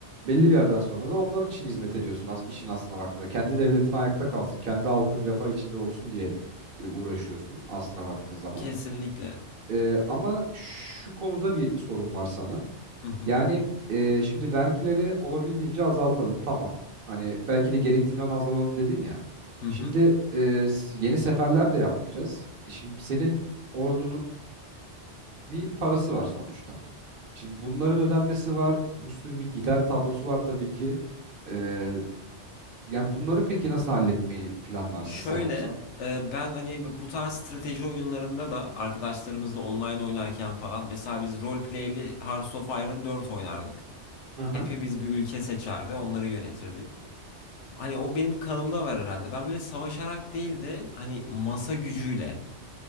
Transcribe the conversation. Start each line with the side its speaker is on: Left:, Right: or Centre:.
Right: belli bir yerden sonra da onlar için hizmet ediyorsun as işin aslına baktığında. Kendi devletin ayakta kalsın, kendi halkın refah içinde olsun diye e, uğraşıyorsun aslına baktığın zaman.
Left: Kesinlikle.
Right: Ee, ama şu konuda bir sorun var sana.
Left: Hı hı.
Right: Yani e, şimdi vergileri olabildiğince azaltalım tamam. Hani belki de gerektiğinden azalalım dedin ya.
Left: Hı hı.
Right: Şimdi e, s- yeni seferler de yapmayacağız. E Şimdi senin ordunun bir parası var sonuçta. Şimdi bunların ödenmesi var. Bir sürü bir gider tablosu var tabii ki. E, yani bunları peki nasıl halletmeyi planlarsın
Left: Şöyle
Right: sen olsan?
Left: e, ben hani bu bu tarz strateji oyunlarında da arkadaşlarımızla online oynarken falan mesela biz roleplay'li Hearts of Iron 4 oynardık.
Right: Aha.
Left: Hepimiz bir ülke seçerdi, onları yönetirdik. Hani o benim kanımda var herhalde. Ben böyle savaşarak değil de hani masa gücüyle